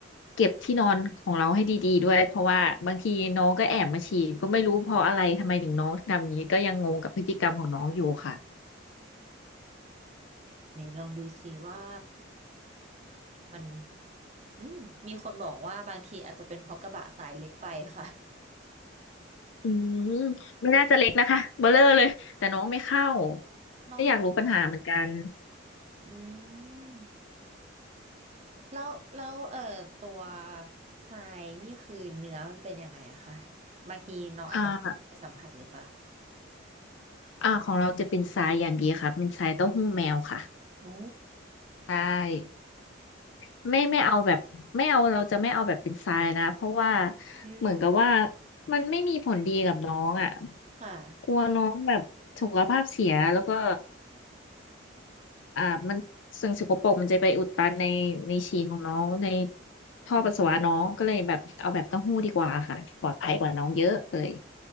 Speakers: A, on the left; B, on the right.
A: เก็บที่นอนของเราให้ดีๆด้วยเพราะว่าบางทีน้องก็แอบมาฉี่ก็ไม่รู้เพราะอะไรทำไมถึงน้องทำอย่างนี้ก็ยังงงกับพฤติกรรมของน้องอยู่ค่ะ
B: ไหนลองดูสิว่ามันอืมมีคนบอกว่าบางทีอาจจะเป็นเพราะกระบะสายเล็กไปค่ะ
A: อืมไม่น่าจะเล็กนะคะเบลอเลยแต่น้องไม่เข้า
B: น้องไม่
A: ก็อยากรู้ปัญหาเหมือนกัน
B: อืมแล้วแล้วเอ่อตัวทรายนี่คือเนื้อมันเป็นยังไงอะคะบางทีน้องอาจจะไม่ได้สัมผัสหรือเปล่า
A: อ่า อ่าของเราจะเป็นทรายอย่างดีค่ะเป็นทรายเต้าหู้แมวค่ะ
B: โอ้
A: ใช่ไม่ไม่เอาแบบไม่เอาเราจะไม่เอาแบบเป็นทรายนะเพราะว่า
B: อืมอืม
A: เหมือนกับว่ามันไม่มีผลดีกับน้องอ่ะ
B: ค่ะ
A: กลัวน้องแบบสุขภาพเสียแล้วก็อ่ามันสิ่งสกปรกมันจะไปอุดตันในในฉี่ของน้องในท่อปัสสาวะน้องก็เลยแบบเอาแบบเต้าหู้ดีกว่าค่ะปลอดภัยกว่าน้องเยอะเลย
B: อ๋อ